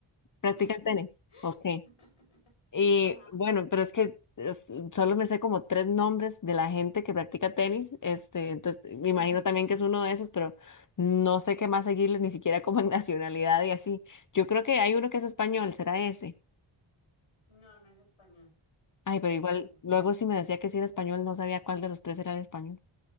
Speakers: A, on the left (about 40°); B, on the left (about 80°).
A: ¿Practica
B: <laughs>
A: el tenis? Ok. Y bueno,
B: Ajá.
A: pero es que es- solo me sé como tres nombres de la gente que practica tenis. Este, entonces
B: Ujú.
A: me imagino también que es uno de esos, pero no sé qué más seguirle, ni siquiera como <laughs> en nacionalidad y así. Yo creo que hay uno que es español, será ese.
B: No, no es español.
A: Ay, pero
B: No es
A: igual,
B: español.
A: luego si me decía que sí era español, no sabía cuál de los tres era el español.